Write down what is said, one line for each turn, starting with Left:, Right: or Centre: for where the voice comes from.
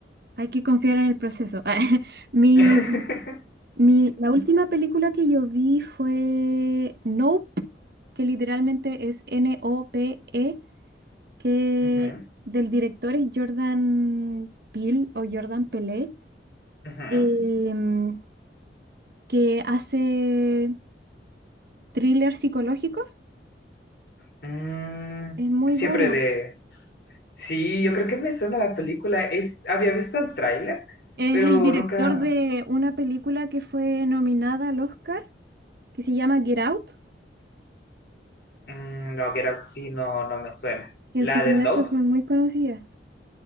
Right: Hay que confiar en el proceso. <laughs> Mi,
Left: <laughs>
Right: mi, la última película que yo vi fue Nope, que literalmente es N-O-P-E, que
Left: Ujú,
Right: del director es Jordan Peele o Jordan Pelé,
Left: ujú.
Right: em, que hace thrillers psicológicos.
Left: Mm,
Right: Es muy
Left: siempre
Right: bueno.
Left: de... Sí, yo creo que me suena la película. Es... Había visto el tráiler,
Right: Es
Left: pero
Right: el director
Left: nunca...
Right: de una película que fue nominada al Oscar, que se llama Get Out,
Left: Mm, no, que era... Sí, no, no me suena.
Right: que
Left: La
Right: en su
Left: de
Right: momento
Left: Nope
Right: fue muy conocida.